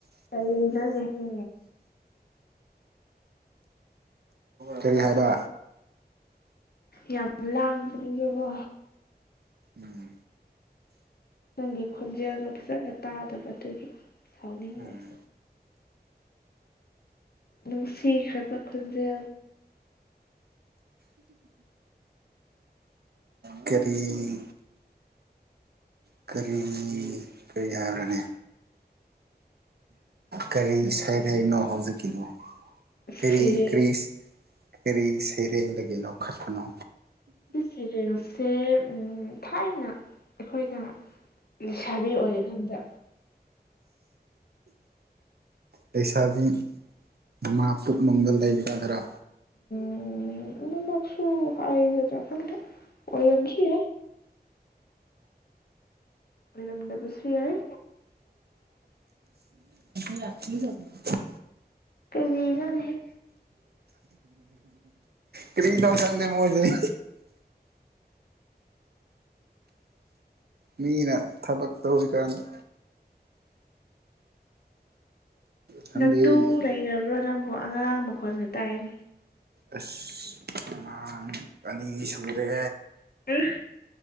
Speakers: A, on the left; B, on the right.
A: ꯀꯩ ꯅꯅꯦ ꯍ
B: ꯀꯔꯤ ꯍꯥꯏꯕ
A: ꯌꯥꯝ ꯂꯥꯡꯕꯅꯤꯔꯕꯣ
B: ꯎꯝ
A: ꯅꯪꯒꯤ ꯈꯣꯟꯖꯦꯜꯗꯣ ꯐꯖꯅ ꯇꯥꯗꯕ ꯑꯗꯨꯒꯤ ꯁꯥꯎꯅꯤꯡꯕ
B: ꯎꯝ
A: ꯅꯨꯡꯁꯤꯈ꯭ꯔꯕ ꯈꯣꯟꯖꯦꯜ
B: ꯀꯔꯤ ꯀꯔꯤ ꯀꯔꯤ ꯍꯥꯏꯕ꯭ꯔꯅꯦ ꯀꯔꯤ ꯁꯩꯔꯦꯡꯅꯣ ꯍꯧꯖꯤꯛꯀꯤꯗꯣ ꯀꯔꯤ
A: ꯁꯩꯔꯦꯡ
B: ꯀꯔꯤꯔꯤꯁ ꯀꯔꯤ ꯁꯩꯔꯦꯡꯗꯒꯤ ꯂꯧꯈꯠꯄꯅꯣ
A: ꯑꯁꯦꯅ <unintelligible> ꯁꯦ ꯑꯝ ꯊꯥꯏꯅ ꯑꯩꯈꯣꯏꯅ ꯂꯩꯁꯥꯕꯤ ꯑꯣꯏꯔꯤꯀꯥꯟꯗ
B: ꯂꯩꯁꯥꯕꯤ ꯃꯃꯥ ꯄꯨꯛꯅꯨꯡ ꯂꯩꯒꯒ꯭ꯔꯥ
A: ꯎꯝ ꯑꯗꯨ ꯃꯛꯁꯨ ꯑꯥꯏꯒꯗꯈꯪꯗꯦ ꯑꯣꯏꯔꯝꯁꯨ ꯌꯥꯏ ꯑꯣꯏꯔꯝꯗꯕꯁꯨ ꯌꯥꯏ
B: ꯈꯤ ꯂꯅꯤ <unintelligible>
A: ꯀꯔꯤꯅꯣꯅꯦꯍ
B: ꯀꯔꯤ ꯅꯣ ꯈꯪꯗꯦ ꯃꯣꯏ ꯂꯣꯏ ꯃꯤꯅ ꯊꯕꯛ ꯇꯧꯔꯤꯀꯥꯟꯗ ꯈꯪꯗꯦ
A: ꯅꯠꯇꯨ ꯂꯩꯔꯕ꯭ꯔꯣ ꯅꯪꯕꯣ ꯑꯉꯥꯡ ꯃꯈꯣꯟꯒ ꯇꯥꯏꯌꯦꯅꯦ
B: ꯑꯁ ꯑꯉꯥꯡ ꯑꯅꯤ ꯁꯨꯔꯦ
A: ꯎꯝ